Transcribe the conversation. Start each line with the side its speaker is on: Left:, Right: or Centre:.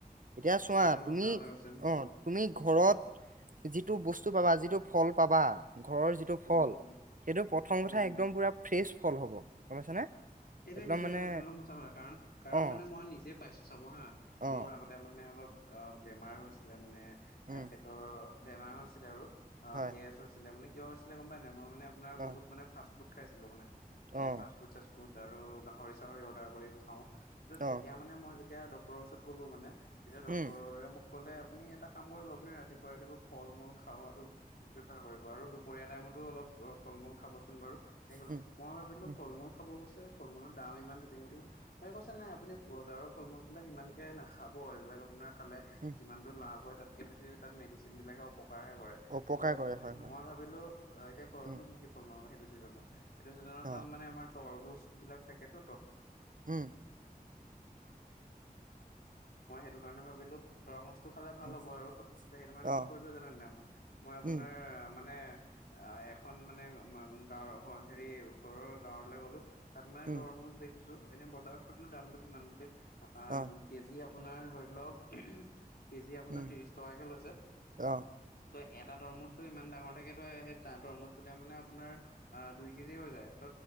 Right: এতিয়া চোৱা
Left: একদম
Right: তুমি,
Left: সঁচা কথা কৈছে
Right: অ'
Left: উম
Right: তুমি ঘৰত। যিটো বস্তু পাবা যিটো ফল পাবা ঘৰৰ যিটো টো
Left: উম
Right: ফল
Left: উম
Right: সেইটো প্ৰথম কথা
Left: উম
Right: একদম পুৰা ফ্ৰেছ ফল হ'ব গম পাইছানে?
Left: সেইটোয়ে
Right: একদম
Left: সেইটোৱে
Right: মানে
Left: একদম সঁচা কথা কাৰণ কাৰণ
Right: অ
Left: মানে মই নিজে পাইছো চাব হা
Right: অ
Left: মোৰ আগত! তাতে মানে অলপ অ বেমাৰ হৈছিলে মানে
Right: উম
Left: আ পেটৰ বেমাৰ হৈছিলে আৰু! অ'
Right: হয়
Left: গেছ হৈছিলে মানে কিয় হৈছিলে গম পাই নাই। মই মানে আপোনাৰ
Right: অ
Left: বহুত মানে ফাষ্ট ফুড খাইছিলোঁ মানে।
Right: অ
Left: এ, ফাস্ত্ৰ <unintelligible> ফুড চা ফুড আৰু গাহৰি চাহৰি অৰ্ডাৰ কৰি খাওঁ
Right: অ
Left: তেতিয়া মানে মই তেতিয়া ডক্টৰৰ ওচৰত ক'লো মানে তেতিয়া ডক্টৰে
Right: উম
Left: মোক ক'লে আপুনি এটা কাম কৰিব আপুনি ৰাতিপুৱা ৰাতিপুৱা ফল মূল খোৱাটো প্ৰফাৰ কৰিব আৰু দুপৰীয়া টাইমতো অলপ অ ফল মূল খাবচোন বাৰু তেনে কলে
Right: উম
Left: মই ভাবিলো
Right: উম
Left: ফল মূল খাব কৈ ফলমূলৰ দাম ইমান তাই কৈছে নাই আপুনি বজাৰৰ ফল মূল বিলাক ইমানকে নাখাব এইবিলাক আপোনাৰ খালে
Right: উম
Left: যিমানটো লাভ হয় তাতকে বেছি তাত মেডিচিন বিলাকে অপকাৰহে কৰে।
Right: অপকাৰ
Left: ত'
Right: কৰে হয় হয়
Left: মই ভাবিলোঁ। অ এতিয়া ঘৰতনো
Right: উম
Left: কি কি ফল পাম সেইটো চিজনত সেইটো ছিজনত, সেইটো ছিজনত
Right: অ
Left: মানে আমাৰ তৰভোজ বিলাক থাকেতো ত
Right: উম।
Left: মই সেইটো কাৰণে ভাবিলো তৰমুজৰটো খালে ভাল
Right: উম
Left: হব আৰু ত সেইটো কাৰণে
Right: অ
Left: কি কৰিলো জানা নে নাই মই মই আপোনাৰ
Right: উম
Left: মানে আহ' এখন মানে গাঁৱৰ ঘ হেৰি ওচৰৰ গাঁৱলে গলোঁ। তাত মানে
Right: উম
Left: তৰমুজ দেখিছো এনে বজাৰত সুধিলো দামটো কিমান বুলি আ
Right: অ
Left: কেজি আপোনাৰ ধৰি লওক কেজি আপোনাৰ
Right: উম
Left: ত্ৰিশ টকাকে লৈছে।
Right: অ
Left: ত এটা তৰমুজ, ইমান ডাঙৰ থাকেতো সেই তৰমুজ টোতে মানে আপোনাৰ আহ দুই কেজি হৈ যায়। তো